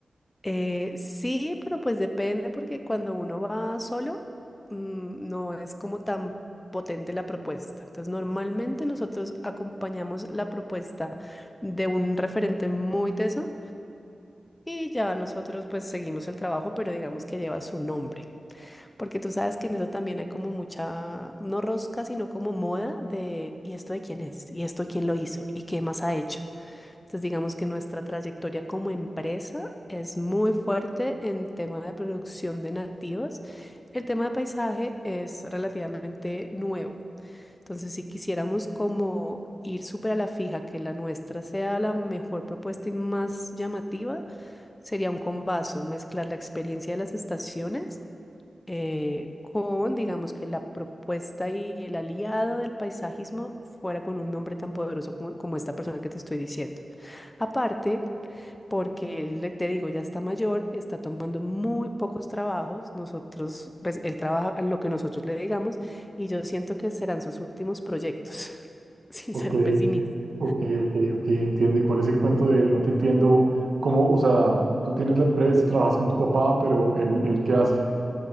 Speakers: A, on the left (about 20°); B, on the right (about 70°).
A: Eh, sí, pero pues depende porque cuando uno va solo, mm, no es como tan potente la propuesta. Entonces, normalmente nosotros acompañamos la propuesta de un referente muy teso y ya nosotros pues seguimos el trabajo, pero digamos que lleva su nombre. Porque tú sabes que en eso también hay como mucha, no rosca, sino como moda de, ¿y esto de quién es? ¿Y esto quién lo hizo? ¿Y qué más ha hecho? Entonces, digamos que nuestra trayectoria como empresa es muy fuerte en tema de producción de nativas. El tema de paisaje es relativamente nuevo. Entonces, si quisiéramos como ir súper a la fija, que la nuestra sea la mejor propuesta y más llamativa, sería un combazo, mezclar la experiencia de las estaciones eh, con, digamos, que la propuesta y el aliado del paisajismo fuera con un nombre tan poderoso como, como esta persona que te estoy diciendo. Aparte, porque él, le- te digo, ya está mayor, está tomando muy pocos trabajos, nosotros, pues él trabaja en lo que nosotros le digamos y yo siento que serán sus últimos proyectos, <laughs> sin
B: Ok,
A: ser pesimista.
B: ok, ok, ok, entiendo. ¿Y cuál es el cuento de él? No te entiendo cómo, o sea, tú tienes la empresa, trabajas con tu papá, pero él, él ¿qué hace?